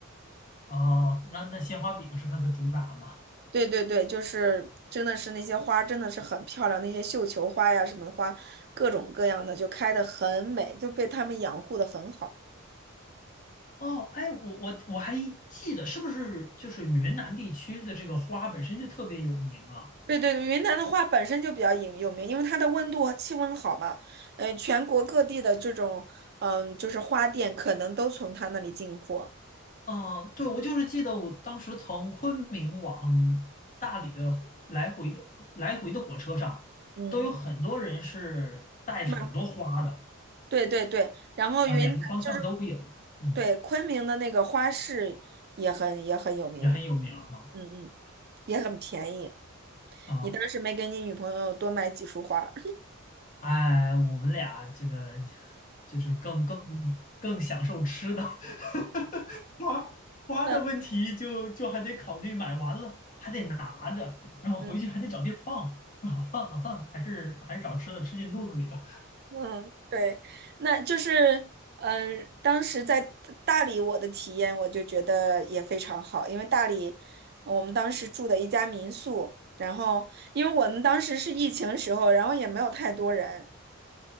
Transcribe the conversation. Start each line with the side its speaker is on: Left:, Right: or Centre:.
Left: 哦，那那鲜花饼是它的主打嘛。
Right: 对对对，就是真的是那些花真的是很漂亮，那些绣球花呀什么花，各种各样的就开的很美，就被他们养护的很好。
Left: 哦，哎，我我我还记得，是不是就是云南地区的这个花本身就特别有名啊？
Right: 对对对，云南的花本身就比较有有名，因为它的温度和气温好嘛，呃，全国各地的这种，嗯、就是花店可能都从他那里进货，
Left: 嗯，对，我就是记得我当时从昆明往大理的来回的来回的火车上，
Right: 嗯，
Left: 都有很多人是带着很多花的，
Right: 卖，对对对，然后云南就是
Left: 啊、两个方向都有，嗯，
Right: 对昆明的那个花市也很也很有名，
Left: 也很有名儿哈。
Right: 嗯嗯，也很便宜，
Left: 啊，
Right: 你当时没给你女朋友多买几束花儿，
Left: 哎，我们俩这个就是更更更享受吃的，<laughs> 花花的问题就就还得考虑，
Right: <laughs>
Left: 买完了还得拿着，然后回去还得找地儿放啊，
Right: 嗯
Left: 算了算了，还是还是找吃的吃进肚子里吧。
Right: 嗯，对，那就是，嗯、当时在大大理我的体验，我就觉得也非常好，因为大理呃我们当时住的一家民宿，然后因为我们当时是疫情时候，然后也没有太多人，